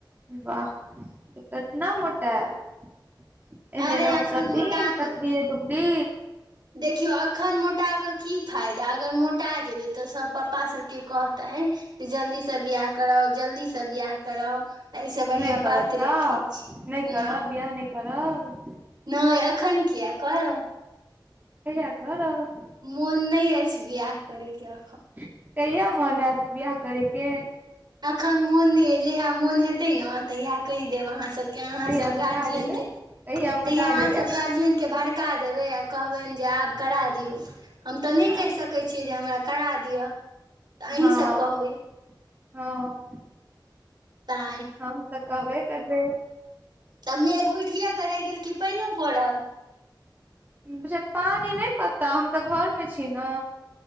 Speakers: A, on the right; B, on the right.
A: वाह तऽ केतना मोटायब एहने
B: अरे
A: रहब
B: एखन
A: सब
B: मोटा
A: दिन पतलीे
B: कऽ
A: दुुबली
B: देखियौ एखन मोटा कऽ कि फायदा अगर मोटा जेबय तऽ सभ पप्पा सभ के कहतनि जे जल्दीसँ बियाह कराउ जल्दीसँ बियाह कराउ एहिसँ बढ़िआँ
A: नहि करब
B: पातरे
A: तऽ
B: ठीक छै
A: नहि करब बिवाह नहि करब
B: नहि एखन किया करब
A: कहिय करब
B: मोन नहि अछि बियाह करकेअ
A: कहिया मोन आयत बियाह करयके
B: एखन मोन नहि ये जहिया मोन हेतय नए तहिया कहि देब अहाँ सभ क की
A: कहिया
B: अहाँसभ
A: मोटा
B: गारजीयन
A: जेबै
B: के
A: कहिया मोटा
B: तहिया अहाँसभ
A: जेबै
B: गारजीयन के भड़का देबै आ कहबनि जे आब करा दियौ हम तऽ नहि
A: आ
B: कहि सकैत छियै जे हमरा करा दिअ त आही
A: हँ
B: सभ कहबै
A: हँ
B: तैँ
A: हम त कहबे करबय
B: कियै मेघ उठिये क रहि गेल कि पाइनो पड़ल
A: बुझियो पानि नहि पता हम त घरमे छी न